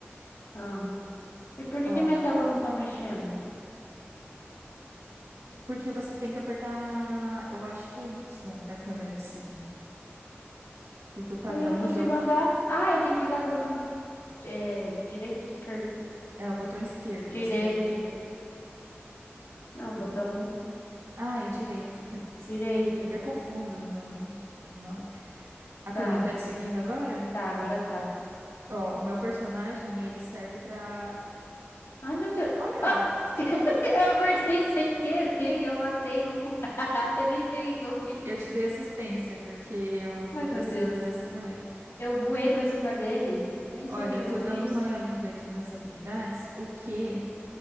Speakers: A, on the left; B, on the right.
A: Ah. E por que
B: Ó,
A: que minha tela não tá mexendo?
B: porque você tem que apertar, eu acho que é Y pra câmera te seguir. Porque o padrão
A: Mas eu não
B: do
A: consigo
B: jogo
A: andar. Ah, eu tenho que clicar com o botão, é, direito, esquerdo.
B: É o botão esquerdo,
A: Direito.
B: você vai.
A: Não, botão
B: Ah, é direito. <laughs> Desculpa.
A: Direito.
B: Eu confundo no. no- mouse. A
A: Tá.
B: câmera tá te seguindo agora?
A: Tá, agora tá.
B: Ó, o meu personagem, ele serve pra.
A: Ai, meu Deus.
B: Olha,
A: Ah!
B: você matou
A: <laughs>
B: um.
A: Eu apertei sem querer e eu matei um. <laughs> Eu nem sei o que que eu fiz.
B: Eu te dei assistência, porque eu fui
A: Ai,
B: pra
A: meu
B: cima
A: Deus.
B: dessa boneca.
A: Eu voei pra cima dele. Eu nem
B: Olha,
A: sei o que
B: eu
A: que
B: tô
A: eu fiz.
B: dando uma lida aqui nas habilidades. O Q,